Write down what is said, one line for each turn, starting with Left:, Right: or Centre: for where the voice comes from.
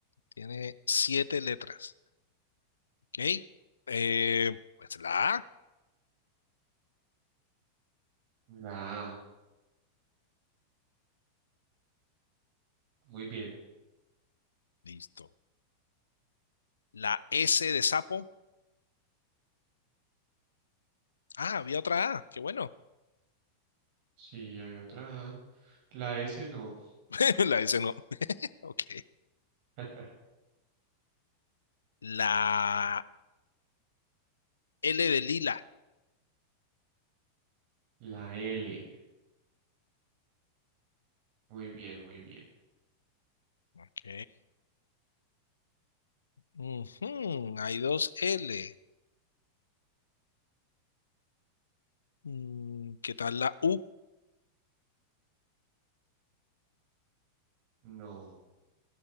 Left: Tiene siete letras. Ok. Eh, pues la A,
Right: La A. Muy bien.
Left: listo. La S de sapo. Ah, había otra A, qué bueno.
Right: Sí, hay otra A. La S no.
Left: <laughs> La S no. Ok.
Right: <laughs>
Left: La L de lila.
Right: La L. Muy bien, muy bien.
Left: Ok. Ujú, Hay dos L. Mm, ¿Qué tal la U?
Right: No.